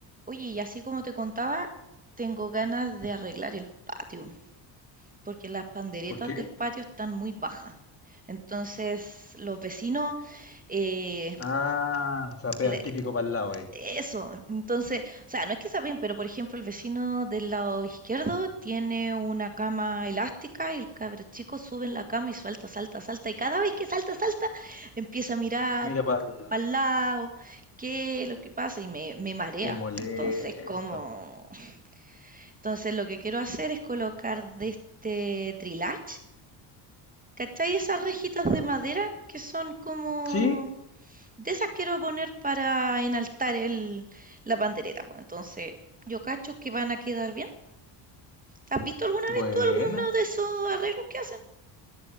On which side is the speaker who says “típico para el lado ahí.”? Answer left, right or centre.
Left